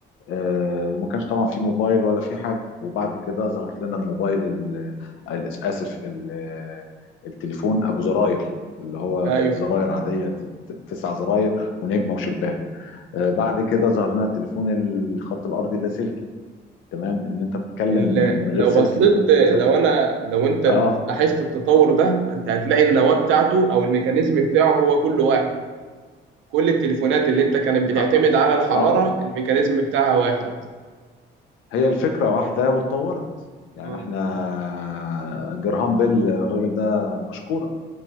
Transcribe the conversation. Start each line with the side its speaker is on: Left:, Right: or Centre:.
Left: آه، وما كانش طبعا في موبايل ولا في حاجه وبعد كده ظهر لنا الموبايل ال- ال- اسف ال- التليفون ابو زراير اللي هو
Right: ايوه
Left: زراير عاديه ت- ت- تسع زراير ونجمه وشباك آه، بعد كده ظهر لنا التليفون الخط الارضي اللاسلكي تمام ان انت تتكلم
Right: ال-
Left: من غير
Right: لو
Left: سلك
Right: بصيت
Left: دي كانت
Right: لو انا لو انت
Left: اه
Right: لاحظت التطور ده انت هتلاقي النواة بتاعته او الميكانيزم بتاعه هو كل واحد كل التليفونات اللي انت كانت بتعتمد
Left: اه,
Right: على الحرارة
Left: آه
Right: الميكانيزم بتاعها واحد
Left: هي الفكرة واحدة واتطورت يعني
Right: اه
Left: احنا جرهام بيل الراجل ده مشكورة